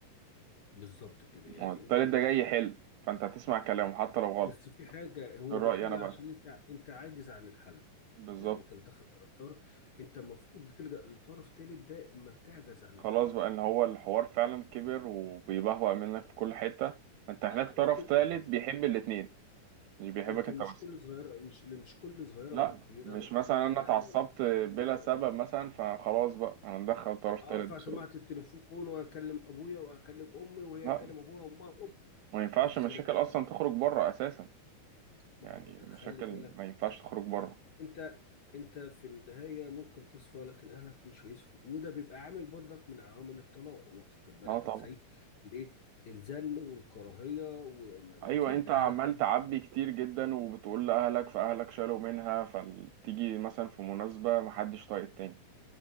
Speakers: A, on the left (about 65°); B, on the right (about 75°).
A: بالظبط كده
B: ما
A: يعني
B: هو التالت
A: انت انت
B: ده جاي
A: انت
B: يحل فانت هتسمع كلامه حتى لو غلط
A: بس في حاجه هو
B: الرأي
A: بيحل
B: انا بقى
A: عشان انت انت عاجز عن الحل
B: بالظبط
A: يعني انت بتدخل طرف طرف انت المفروض بتلجأ لطرف ثالث ده اما بتعجز عن
B: خلاص
A: الحلول
B: بقى ان هو الحوار فعلا كبر وبيبهوأ منك في كل حتة فانت محتاج
A: اه
B: طرف
A: لكن
B: ثالث بيحب الاتنين مش بيحبك
A: لكن
B: انت
A: مش
B: بس
A: كل صغيره مش مش كل صغيره
B: لا
A: وكبيره
B: مش
A: انت
B: مثلا انا
A: لا
B: اتعصبت
A: ما-
B: بلا
A: لا لا
B: سبب مثلا فخلاص بقى هندخل طرف
A: ارفع
B: ثالث بسرعة
A: سماعه التليفون واكلم ابويا واكلم امي وهي
B: لا
A: تكلم ابوها وامها وأب
B: ما ينفعش
A: بقت خناقه
B: مشاكل اصلا
A: طب
B: تخرج بره اساسا
A: ما
B: يعني
A: هو
B: مشاكل
A: خلي بالك
B: ما ينفعش تخرج بره
A: انت انت في النهايه ممكن تصفى لكن اهلك مش هيصفوا وده بيبقى عامل برضك من عوامل الطلاق واخد بالك
B: اه طبعا
A: ازاي ليه الزن والكراهيه واكيد
B: ايوه انت عمال
A: اهلك
B: تعبي كتير جدا وبتقول لاهلك فاهلك شالوا منها فتيجي مثلا في مناسبة محدش طايق التاني